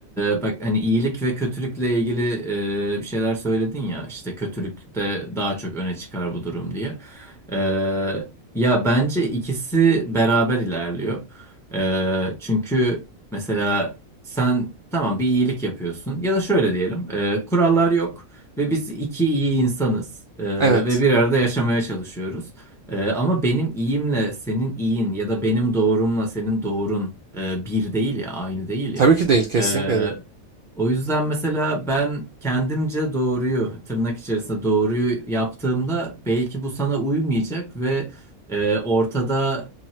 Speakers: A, in the centre; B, on the right.
A: e, bak hani iyilik ve kötülükle ilgili e, bir şeyler söyledin ya işte kötülükte daha çok öne çıkar bu durum diye. E, ya bence ikisi beraber ilerliyor. E, çünkü mesela sen tamam bir iyilik yapıyorsun ya da şöyle diyelim e, kurallar yok. Ve biz iki iyi insanız Ee,
B: Evet.
A: ve bir arada yaşamaya çalışıyoruz. Ee, ama benim iyimle senin iyin ya da benim doğrumla senin doğrun e, bir değil ya, aynı değil
B: Tabii
A: ya.
B: ki değil kesinlikle
A: Ee,
B: değil.
A: o yüzden mesela ben kendimce doğruyu, tırnak içerisinde doğruyu yaptığımda belki bu sana uymayacak ve e, ortada